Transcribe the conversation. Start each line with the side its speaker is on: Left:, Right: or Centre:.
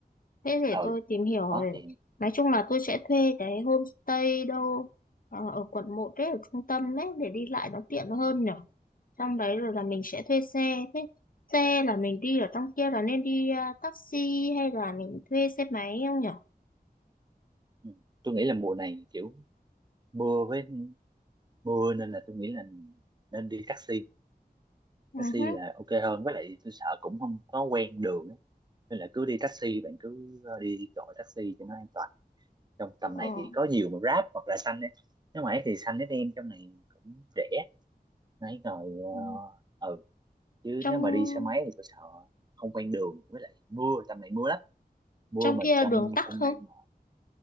Left: Thế để
Right: ừ
Left: tôi tìm hiểu rồi.
Right: đó thì
Left: Nói chung là tôi sẽ thuê cái homestay đâu ờ, ở quận một đấy, ở trung tâm đấy để đi lại nó tiện hơn nhở. Trong đấy rồi là mình sẽ thuê xe. Thế xe là mình đi ở trong kia là nên đi ờ, taxi hay là mình thuê xe máy không nhở?
Right: ừ. tôi nghĩ là mùa này kiểu mưa với mưa nên là tôi nghĩ là nên đi taxi
Left: Ừ
Right: taxi
Left: hứ,
Right: là ok hơn với lại tôi sợ cũng không có quen đường ấy. nên là cứ đi taxi bạn cứ ờ, đi gọi taxi cho nó an toàn trong tầm
Left: ờ,
Right: này thì có nhiều mà Grab hoặc là xanh ấy nếu mà ấy thì xanh nó đem trong này cũng rẻ nãy rồi
Left: ừ.
Right: ờ, ừ chứ
Left: Trong
Right: nếu mà đi xe máy thì tôi sợ không quen đường với lại mưa tầm này mưa lắm mưa
Left: trong
Right: mà
Left: kia
Right: trong
Left: đường tắc
Right: trong
Left: không?
Right: đây mà